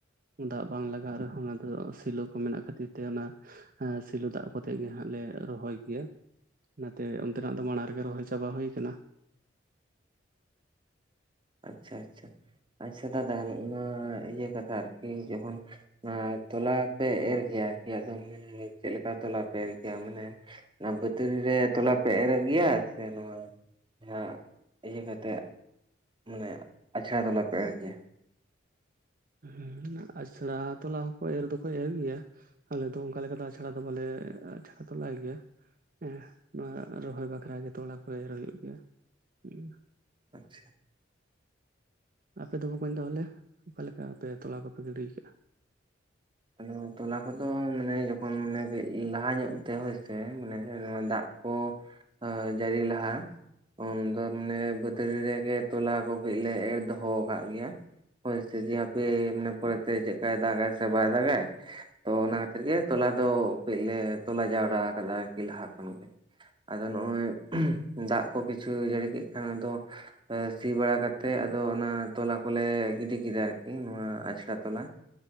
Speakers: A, on the right; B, on the right.
A: ᱫᱟᱜ ᱵᱟᱝ ᱞᱟᱜᱟᱜ ᱨᱮᱦᱚ ᱚᱱᱟ ᱫᱚ ᱥᱮᱞᱳ ᱠᱚ ᱢᱮᱱᱟᱜ ᱠᱷᱟᱹᱛᱤᱨ ᱛᱮ ᱚᱱᱟ ᱮᱸ ᱥᱤᱞᱚ ᱫᱟᱜ ᱠᱚᱛᱮᱜ ᱜᱮ ᱦᱟᱸᱜ ᱞᱮ ᱨᱚᱦᱚᱭ ᱠᱮᱭᱟ ᱚᱱᱟᱛᱮ ᱚᱱᱛᱮᱱᱟᱜ ᱫᱚ ᱢᱟᱲᱟᱝ ᱨᱮᱜᱮ ᱨᱚᱦᱚᱭ ᱪᱟ ᱪᱟᱵᱟ ᱦᱩᱭ ᱠᱟᱱᱟ᱾
B: ᱟᱪᱪᱷᱟ ᱟᱪᱪᱷᱟ ᱟᱪᱪᱷᱟ ᱫᱟᱫᱟ ᱱᱚᱜ-ᱚᱱᱟ ᱤᱭᱟᱹ ᱠᱟᱛᱷᱟ ᱟᱨᱠᱤ ᱡᱚᱠᱷᱚᱱ ᱱᱚᱣᱟ ᱛᱚᱞᱟ ᱯᱮ ᱮᱨ ᱜᱮᱭᱟ ᱟᱨᱠᱤ ᱟᱫᱚ ᱢᱟᱱᱮ ᱪᱮᱫᱞᱮᱠᱟ ᱛᱚᱞᱟ ᱯᱮ ᱮᱨ ᱜᱮᱭᱟ ᱢᱟᱱᱮ ᱚᱱᱟ ᱵᱟᱹᱛᱨᱤ ᱨᱮ ᱛᱚᱞᱟ ᱯᱮ ᱮᱨ ᱜᱮᱭᱟ ᱥᱮ ᱱᱚᱶᱟ ᱡᱟᱦᱟᱸ ᱤᱭᱟᱹ ᱠᱟᱛᱮ ᱢᱟᱱᱮ ᱟᱪᱷᱲᱟ ᱛᱚᱞᱟᱯᱮ ᱮᱨ ᱜᱮᱭᱟ?
A: ᱦᱮᱸ ᱟᱪᱷᱲᱟ ᱛᱚᱞᱟ ᱦᱚᱠᱚ ᱮᱨ ᱫᱚᱠᱚ ᱮᱨ ᱜᱮᱭᱟ᱾ ᱟᱞᱮᱚ ᱫᱚ ᱚᱱᱠᱟ ᱞᱮᱠᱟ ᱫᱚ ᱟᱪᱷᱟᱲᱟ ᱫᱚ ᱵᱟᱞᱮ ᱟᱪᱷᱟᱲᱟ ᱛᱚᱞᱟᱭ ᱜᱮᱭᱟ᱾ ᱮᱸᱦ ᱱᱚᱣᱟ ᱨᱚᱦᱚᱭ ᱵᱟᱠᱷᱨᱟ ᱜᱮ ᱛᱚᱞᱟ ᱠᱚ ᱮᱨ ᱦᱩᱭᱩᱜ ᱜᱮᱭᱟ᱾ ᱦᱩᱸ᱾
B: ᱟᱪᱪᱷᱟ᱾
A: ᱟᱯᱮ ᱫᱚ ᱵᱟᱠᱚᱧ ᱛᱟᱦᱚᱞᱮ ᱚᱠᱟ ᱞᱮᱠᱟ ᱟᱯᱮ ᱛᱚᱞᱟ ᱠᱚᱯᱮ ᱜᱤᱰᱤᱭ ᱟᱠᱟᱜᱼᱟ?
B: ᱟᱫᱚ ᱛᱚᱞᱟ ᱠᱚᱫᱚ ᱢᱟᱱᱮ ᱡᱚᱠᱷᱚᱱ ᱢᱟᱱᱮ ᱠᱟᱹᱡ ᱞᱟᱦᱟ ᱧᱚᱜ ᱛᱮ ᱦᱳᱭᱥᱮ ᱢᱟᱱᱮ ᱫᱟᱜ ᱠᱚ ᱦᱳᱭ ᱡᱟᱹᱨᱤ ᱞᱟᱦᱟ ᱩᱱᱫᱚ ᱢᱟᱱᱮ ᱵᱟᱹᱛᱨᱤ ᱨᱮᱜᱮ ᱛᱚᱞᱟ ᱠᱚ ᱠᱟᱹᱡ ᱞᱮ ᱮᱨ ᱫᱚᱦᱚ ᱠᱟᱜ ᱜᱮᱭᱟ᱾ ᱦᱭ ᱥᱮ ᱡᱮ ᱦᱟᱯᱮ ᱢᱟᱱᱮ ᱯᱚᱨᱮᱛᱮ ᱪᱮᱫᱠᱟᱭ ᱫᱟᱜᱟᱭ ᱥᱮ ᱵᱟᱭ ᱫᱟᱜᱟᱭ, ᱛᱚ ᱚᱱᱟ ᱠᱷᱟᱹᱛᱤᱨ ᱜᱮ ᱛᱚᱞᱟ ᱫᱚ ᱠᱟᱹᱡᱞᱮ ᱛᱚᱞᱟ ᱡᱟᱣᱨᱟ ᱠᱟᱫᱟ ᱟᱨᱠᱤ ᱞᱟᱦᱟ ᱠᱷᱚᱱᱜᱮ᱾ ᱟᱫᱚ ᱱᱚᱜᱼᱚᱭ ᱫᱟᱜ ᱠᱚ ᱠᱤᱪᱷᱩᱭ ᱡᱟᱹᱲᱤ ᱠᱮᱫ ᱠᱷᱟᱱ ᱟᱫᱚ ᱥᱤ ᱵᱟᱲᱟ ᱠᱟᱛᱮᱜ ᱟᱫᱚ ᱚᱱᱟ ᱛᱚᱞᱟ ᱠᱚᱞᱮ ᱜᱤᱰᱤ ᱠᱮᱫᱟ ᱟᱨᱠᱤ ᱱᱚᱶᱟ ᱟᱪᱷᱲᱟ ᱛᱚᱞᱟ,